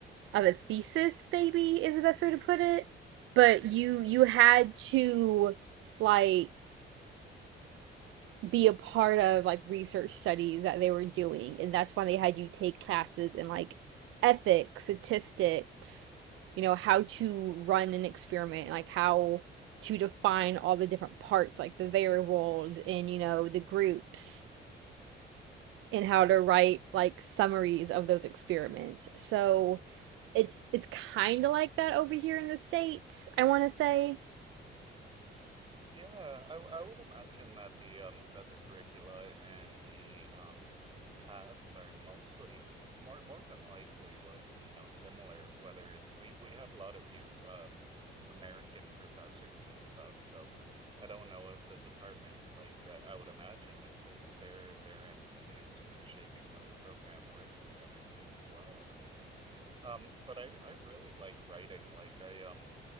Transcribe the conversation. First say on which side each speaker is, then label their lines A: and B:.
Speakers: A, on the right (about 85°); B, on the right (about 25°).
A: of a thesis maybe is the best way to put it but you you
B: Mm-hmm.
A: had to like be a part of like research studies that they were doing and that's why they had you take classes in like ethics statistics you know how to run an experiment like how to define all the different parts like the variables and you know the groups and how to write like summaries of those experiments so it's it's kind of like that over here in the States, I want to say.
B: Yeah, I, w- I would imagine that the um that the curricula and the um paths are mostly more more than likely like, you know, similar, whether it's we we have a lot of you um American professors and stuff, so I don't know if the department like uh, I would imagine it takes their their input into shaping how the program works and everything as well, right? Um, but I, I really like writing. Like I um